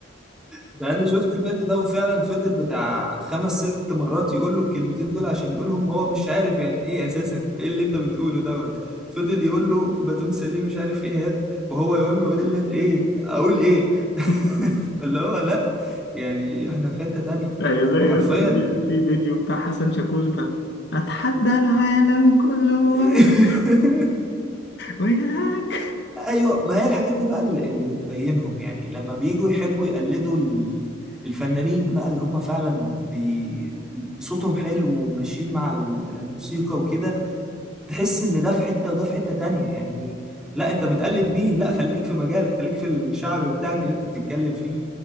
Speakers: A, in the centre; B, on the left.
A: ده انا شفت الفيديو ده وفعلا فضل بتاع خمس ست مرات يقول له الكلمتين دول عشان يقولهم هو مش عارف يعني ايه اساسا ايه اللي انت بتقوله دوت فضل يقول له باتون سليم مش عارف ايه هات وهو يقول له ايه اللي انت ايه اقول ايه <laughs>
B: <laughs> <laughs>
A: فاللي هو لا يعني احنا في حتة تانية
B: هي زي
A: وحرفيا
B: مثلا في في فيديو بتاع حسن شاكوش بتاع اتحدى العالم كله
A: <laughs>
B: وياك
A: ايوه ما هي الحاجات دي بقى اللي اللي بتبينهم يعني لما بييجوا يحبوا يقلدوا ال- الفنانين بقى اللي هم فعلا بي... صوتهم حلو وماشيين مع ال- الموسيقى وكده تحس ان ده في حتة وده في حتة تانية يعني لا انت بتقلد مين لا خليك في مجالك خليك في الشعب بتاعك اللي انت بتتكلم فيه